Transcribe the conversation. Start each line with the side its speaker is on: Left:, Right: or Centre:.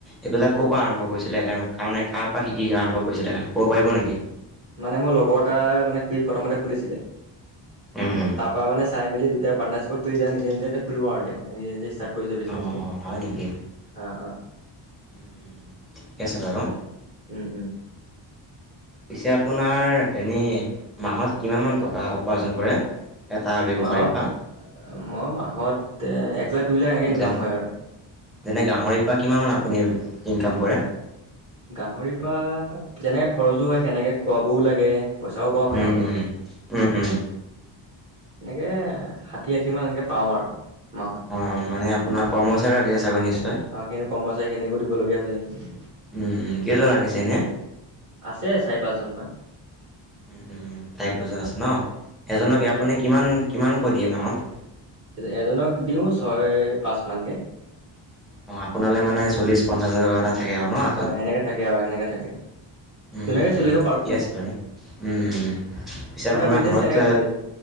Centre: এইবিলাক ক'ৰ পৰা আৰম্ভ কৰিছিলে? কাৰণে কাৰ পৰা শিকি আৰম্ভ কৰিছিলে ক'ব পাৰিব নেকি?
Right: মানে মোৰ লগৰ এটাই মানে খুৰী প্ৰথমতে খুলিছিলে।
Centre: উম উম
Right: তাৰ পৰা মানে চাই মেলি দুটাৰ পাৰ্টনাৰশ্বিপত কৰি নিজে নিজে খুলো আৰু এতিয়া। নিজে নিজে ষ্টাৰ্ট কৰিছে বিজনেছটো।
Centre: অঁ অঁ হয় নেকি?
Right: অ-অ।
Centre: উম উম ঠিকে আছে বাৰু
Right: উম, উম।
Centre: পিছে আপোনাৰ এনেই মাহত কিমান মান টকা উপাৰ্জন কৰে? এটা ব্যৱসায়ীৰ
Right: মাহত
Centre: পৰা
Right: মই মাহত এক লাখ, দুই লাখ এনেকে ইনকাম
Centre: যেন
Right: হয় আৰু।
Centre: যেনে গাহৰিৰপৰা কিমান মান আপুনি ইনকাম কৰে?
Right: গাহৰি পৰা যেনেকে খৰচো হয়, সেনেকে খুৱাবও লাগে। পইচাও পাও সেনেকে।
Centre: উম উম উম উম
Right: এনেকে ষাঠি, আশী মান এনেকে পাওঁ আৰু। মাহত
Centre: অ মানে আপোনাৰ কৰ্মচাৰী ৰাখিছে চাগৈ নিশ্চ
Right: অ খিনি কৰ্মচাৰী খিনিকো দিবলগীয়া হৈ যায় যে।
Centre: উম, কেইজন ৰাখিছে এনে?
Right: আছে চাৰি, পাঁচজন মান।
Centre: উ, উ ফাইভ পাৰ্চন আছে ন?
Right: উম
Centre: এজনক
Right: উম
Centre: আপুনি
Right: উম
Centre: কিমান কিমানকৈ দিয়ে মাহত?
Right: এজনক দিওঁ ছয় পাঁচমানকে।
Centre: অ আপোনালে মানে চলিছ, পঞ্চাছ হাজাৰ টকা এটা থাকে আৰু ন' হাতত?
Right: অ সেনেকাে থাকে আৰু সেনেকে থাকে।
Centre: উম,
Right: ধুনীয়াকে
Centre: উম,
Right: চলিব
Centre: ঠিকে আছে মানে। উম, উম। পিছে আপোনাৰ
Right: বিজনেছ
Centre: ঘৰত,
Right: কেনেকে চলি আছে